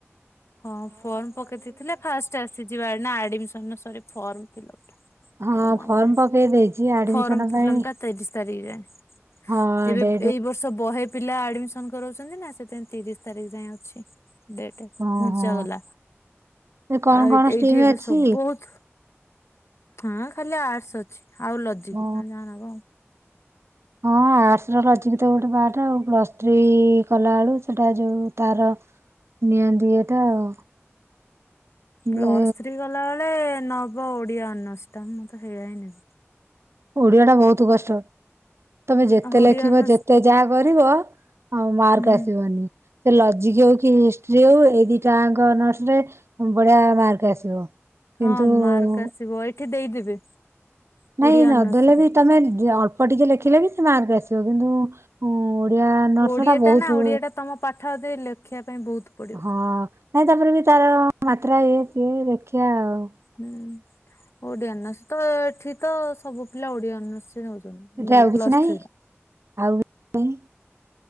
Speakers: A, on the left; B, on the right.
A: ହଁ ଫର୍ମ ପକେଇ ଦେଇଥିଲେ ଫାଷ୍ଟ ଆସିଯିବା ନା ଆଡିମିଶନ ର ସରି ଫର୍ମ ଫିଲ ଅପ ଟା।
B: ହଁ
A: ମୋର ମନ
B: ଫର୍ମ
A: ନାହିଁ
B: ପକେଇ ଦେଇଛି ଆଡମିସନ
A: ଫର୍ମ ଫିଲମ
B: ପାଇଁ
A: ଟା ତିରିଶ ତାରିଖ ଯାଏଁ।
B: ହଁ
A: ଏବେ
B: ଡେ
A: ଏଇ ବର୍ଷ ବହେ ପିଲା ଆଡମିସନ କରଉଛନ୍ତି ନା ସେଥିପାଇଁ ତିରିଶ ତାରିଖ ଯାଏଁ ଅଛି ଡେଟ।
B: ଓହୋ
A: ଘୁଞ୍ଚାଗଲା
B: ଏ କଣ
A: ଆଉ ଏଇ
B: କଣ
A: ଏଇଠି
B: ଷ୍ଟ୍ରିମ୍
A: ଏବେ
B: ଅଛି
A: ସବୁ ବହୁତ। ହଁ ଖାଲି ଆର୍ଟ୍ସ ଅଛି ଆଉ ଲଜିକ
B: ଓ
A: ତମେ ଯାହା ନବ।
B: ହଁ ହଁ ଆର୍ଟ୍ସ ର ଲଜକି ତ ଗୋଟେ ପାଠ ଆଉ ପ୍ଲସ ଥ୍ରୀ କଲା ବେଳୁ ସେଟା ଯୋଉ ତାର। ନିଅନ୍ତିି ଏଟା ଆଉ। ଯେ
A: ପ୍ଲସ୍ ଥ୍ରୀ କଲା ବେଳେ ନବ ଓଡିଆ ଅନର୍ଷ୍ ଟା ମୁଁ ତ ହେଇଆ ହିଁ ନେ
B: ଓଡିଆ ଟା ବହୁତ କଷ୍ଟ ତମେ ଯେତେ ଲେଖିବ
A: ଓଡିଆ ଅନର୍ସ
B: ଯେତ ତେ ଯାହା କରିବ ଆଉ ମାର୍କ
A: ହୁଁ
B: ଆସିବନି ସେ ଲଜିକ ହଉ କି ହିଷ୍ଟ୍ରି ହଉ ଏଇ ଦି ଯାଙ୍କ ଅନର୍ର୍ସରେ ଉଁ ବଢିଆ ମାର୍କ ଆସିବ। କିନ୍ତୁ
A: ହଁ ମାର୍କ ଆସିବ ଏଠି ଦେଇଦେବେ।
B: ନାଇଁ
A: ଓଡିଆ
B: ନ
A: ଅନର୍ସରେ।
B: ଦେଲେ ବି ତମେ ଅଳ୍ପ ଟିକେ ଲେଖିଲେ ବି ସେ ମାର୍କ ଆସିବ କିନ୍ତୁ ଉଁ ଓଡିଆ ଅନର୍ସ
A: ଓଡିଆ
B: ଟା ବହୁତ
A: ନା ଓଡିଆ ଟା ତମ ପାଠ ରେ ଲେଖିବା ପାଇଁ ବହୁତ ପଡିବ
B: ହଁ। ନାଇଁ ତାପରେ ବି ତାର ମାତ୍ରା ଇଏ ସିଏ ଦେଖିବା ଆଉ।
A: ହୁଁ ଓଡିଆ ଅନର୍ସ ତ ଏଠି ତ ସବୁ ପିଲା ଓଡିଆ ଅନର୍ସରେ ନଉ ଯଉ
B: ଏଠି
A: ଯଉ
B: ଆଉ କିଛି
A: ପ୍ଲସ
B: ନାହିଁ
A: ଥ୍ରୀ ଟା।
B: ଆଉ କିଛି ନାହିଁ।